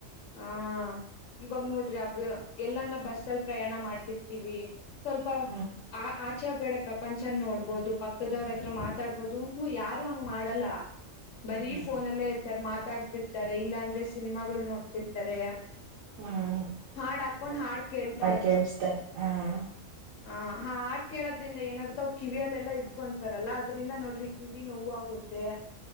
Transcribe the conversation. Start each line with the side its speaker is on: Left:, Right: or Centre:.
Left: ಆ ಇವಾಗ ನೋಡ್ರಿ. ಎಲ್ಲನ್ನ ಬಸ್ಲ್. ಪ್ರಯಾಣ ಮಾಡ್ತಿರ್ತಿವಿ. ಸ್ವಲ್ಪ
Right: ಹ್ಮ್
Left: ಆ ಆಚೆ ಗಡೆ. ಪ್ರಪಂಚನ ನೋಡ್ಬೋದು ಪಕ್ಕದವ್ರ ಹತ್ರ ಮಾತಾಡ್ಬೋದು ಹ ಯಾರು ಹಂಗ್ ಮಾಡಲ್ಲ ಬರೀ
Right: ಹ್ಮ್
Left: ಫೋನಲ್ಲೇ ಇರ್ತಾರೆ ಮಾತ್ ಮಾತಾಡ್ತಿರ್ತಾರೆ ಇಲ್ಲಾಂದ್ರೆ ಸಿನಿಮಾಗಳ ನೋಡ್ತಿರ್ತಾರೆ
Right: ಹ್ಮ್
Left: ಹಾಡ್ ಹಾಕೊಂಡ್ ಹಾಡ್ ಕೇಳ್ತಾ
Right: ಕೇಳ್ಸ್ತಾ ಇ ಹ
Left: ಹ ಹಾ ಹಾಡ್ ಕೇಳೋದ್ರಿಂದ ಏನಾಗುತ್ತೆ ಅವ ಕಿವಿಯಲ್ಲೆಲ್ಲಾ ಇಡ್ಕೊಂತಾರಲ್ಲ ಅದ್ರಿಂದ ನೋಡ್ರಿ ಕಿವಿ ನೋ್ಾಗುತ್ತೆ